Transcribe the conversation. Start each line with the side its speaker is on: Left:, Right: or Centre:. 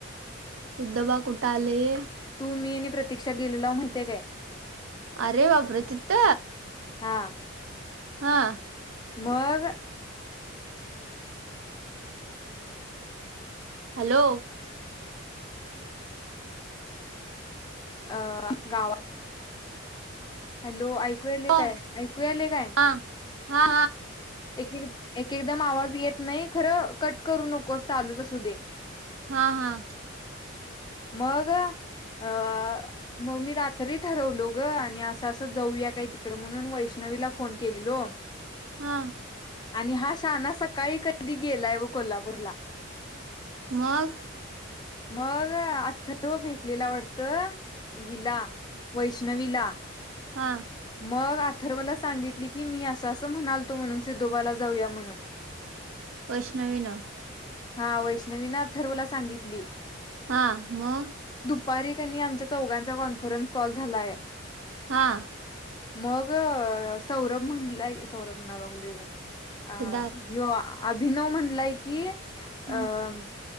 Right: सिद्धबा कुठ आलेय हे?
Left: तू मी आणि प्रतीक्षा गेलेलाव माहितीय काय.
Right: अरे बापरे तीथ.
Left: हां
Right: हां
Left: मग
Right: हॅलो
Left: अ गावा हॅलो ऐकूयाले
Right: हा
Left: काय ऐकू आले काय?
Right: हा हा
Left: एक एक एकदम आवाज येत नाही खरं कट करू नकोस चालूच असू दे.
Right: हा हां
Left: मग अ मग मी रात्री ठरवलो ग आणि अस असं जाऊया काय तिकड म्हणून वैष्णवीला फोन केलेलो.
Right: हां
Left: आणि हा शहाणा सकाळी कधी गेलाय व कोल्हापूरला.
Right: मग
Left: मग आथर्व भेटलेला वाटत हिला. वैष्णवीला
Right: हां
Left: मग अथर्वला सांगितली की मी असं असं म्हणाल तो म्हणून सिद्धोबाला जाऊया म्हणून.
Right: वैष्णवीनं
Left: हा वैष्णवीन अथर्वला सांगितली.
Right: हा मग?
Left: दुपारी का नाय आमच्या चौघांचा कॉन्फरन्स कॉल झालाय.
Right: हां
Left: मग सौरभ म्हणलाय सौरभ म्हणालगलोय अ
Right: सिद्धार्थ
Left: ह्यो अभिनव म्हणलाय की अं
Right: हा